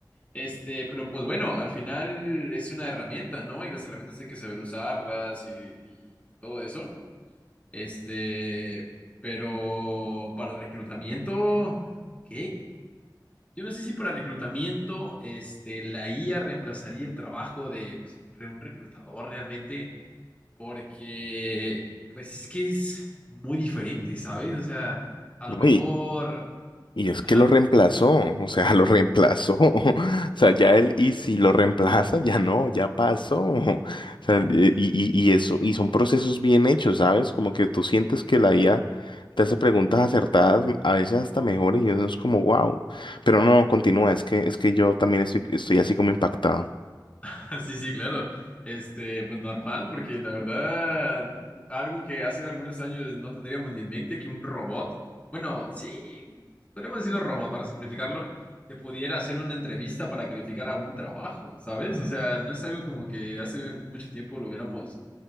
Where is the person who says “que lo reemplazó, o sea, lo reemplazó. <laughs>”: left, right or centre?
Left